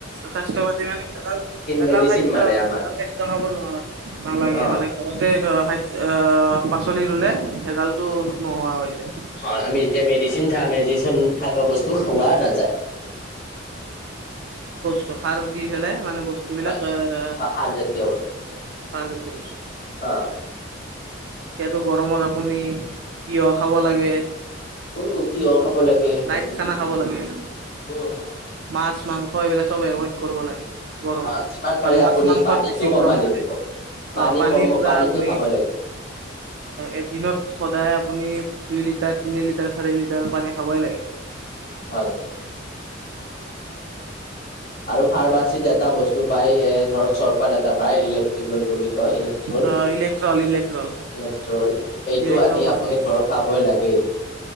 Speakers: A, on the right; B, on the left.
A: স্বাস্থ্য পাতি মানে ভেজাল ভেজাল
B: মেডিচিন
A: খাদ্য
B: মাৰে
A: হ'ল
B: আমাৰ
A: ভেজাল খাদ্য খাব নোৱাৰ নালাগে।
B: অ
A: মানে ঘৰতে খাদ অ পাচলি ৰুলে ভেজালটো নোহোৱা হৈ যায়।
B: অ আমি যেতিয়া মেদিচিন থ মেডিচিন থকা বস্তু খোৱা
A: মানে
B: নাযায়।
A: জসাৰ দি পেলাই মানে, বস্তুবিলাক
B: হয়
A: আহ্ত
B: সাৰ জাতীয় বস্তু
A: <unintelligible>
B: অ
A: এতিয়াতো গৰমত আপুনি তিয় খাব লাগে।
B: উম তিয়হ হাব লাগে
A: লাইট
B: আপুনি
A: খানা খাব লাগে
B: উম উম।
A: মাছ মাংস এইবিলাক চব এভইড কৰিব লাগে। গৰমত।
B: হা যিমান পাৰে
A: কাৰণ মাছ
B: আপুনি
A: মাংসত
B: পানীটো
A: বেছি
B: কমাই
A: গৰম
B: নিদিব
A: থাকে। অ পানী
B: কম
A: পুৰা
B: পানীটো
A: আপুনি
B: খাব লাগে
A: এদিনত সদায় আপুনি দুই লিটাৰ, তিনি লিটাৰ, চাৰি লিটাৰ পানী খাবই লাগে।
B: হয়। আৰু ফাৰ্মাচীত এটা বস্তু তো পাই এ ধৰ চৰপাত এটা পায় ইলেক্ট্ৰিকেল বুলি কয় ইলেক্ট্ৰল।
A: অ ইলেক্ট্ৰল ইলেক্ট্ৰল
B: ইলেট্ৰল এইটো
A: ইলেক্ট্ৰল
B: আনি
A: খাব
B: আপুনি
A: লাগে
B: ঘৰ খাবই লাগেই।